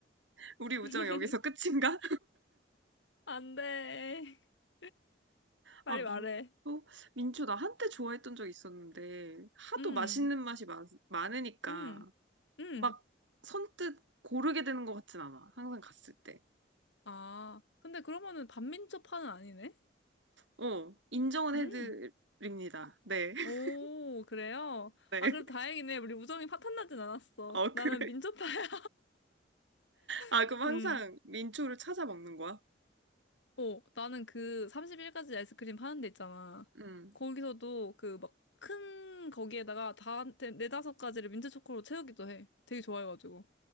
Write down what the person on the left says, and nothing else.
<laughs>
안 돼. <laughs> 빨리
말해.
음,
음, 음.
아, 근데 그러면은 반민초파는 아니네?
음.
오, 그래요?
아, 그래도 다행이네. 우리 우정이 파탄나진 않았어.
나는
민초파야.
<laughs>
음.
어, 나는 그 31가지 아이스크림 파는 데 있잖아.
거기서도 그 막 큰 거기에다가 다, 네- 네다섯 가지를 민트초코로 채우기도 해. 되게 좋아해가지고.